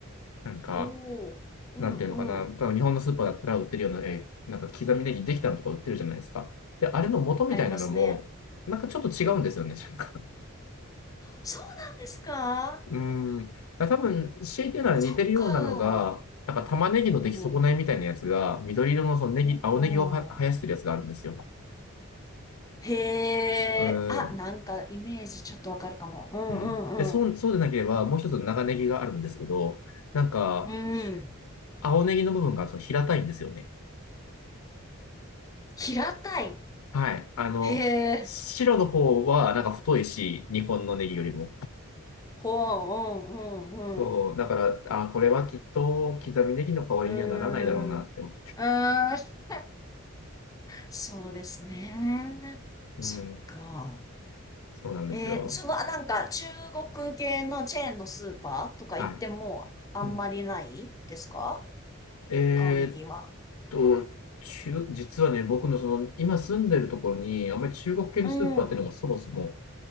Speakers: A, on the left; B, on the left.
A: なんか、
B: おー。うんうん。
A: なんていうのかな、多分日本のスーパーだったら売ってるような、えーなんか刻みネギできたのとか売ってるじゃないですか。で、あれの元みたいなのも、
B: ありますね。
A: なんかちょっと違うんですよね、
B: うん。
A: なんか。
B: そうなんですか
A: うーん。だから多分、強いて言うなら似てるようなのが、
B: そっか。
A: なんか玉ねぎの出来損ないみたいなやつが、
B: うん。
A: 緑色のそのネギ、
B: うん。
A: 青ネギをは生やしてるやつがあるんですよ。
B: へえ。
A: うーん。
B: あ、なんかイメージちょっとわかるかも。うんうん
A: うん。で、そう、そうでなければ、もう一つの長ネギがあるんですけど、なんか、
B: うん。うん。
A: 青ネギの部分がその平たいんですよね。
B: 平たい。
A: はい。あの、
B: へえ。
A: 白の方はなんか太いし、日本のネギよりも。
B: ほう、うんうん
A: そう、だから、あ、これはきっと刻みネギの代わりにはならないだろうなって思
B: うん。うーん。うーん。そうですね。
A: う。
B: そっか。
A: うん、そうなんですよ。
B: えー、その、あなんか中国系のチェーンのスーパーとか行ってもあんまりないですか
A: はい。うん、えーっ
B: 青ネギは。
A: と、中、実はね、僕のその、今住んでるところに、あんまり中国系のスーパーっていうのがそもそも、
B: うん。